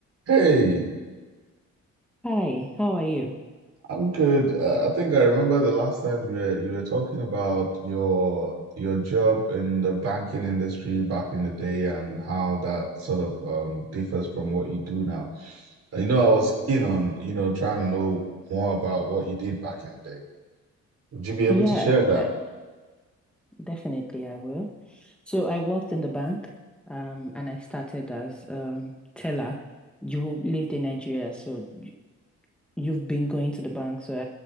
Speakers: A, on the right (about 55°); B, in the centre.
A: Hey,
B: Hi, how are you?
A: I'm good. Uh, I think I remember the last time you were you were talking about your your job in the banking industry back in the day and how that sort of um, differs from what you do now. Uh, You know, I was keen on, you know, trying to know more about what you did back in the day. Would you be able
B: Yeah,
A: to share that?
B: de- definitely I will. So I worked in the bank, um, and I started as um teller. You lived in Nigeria, so you've been going to the bank, so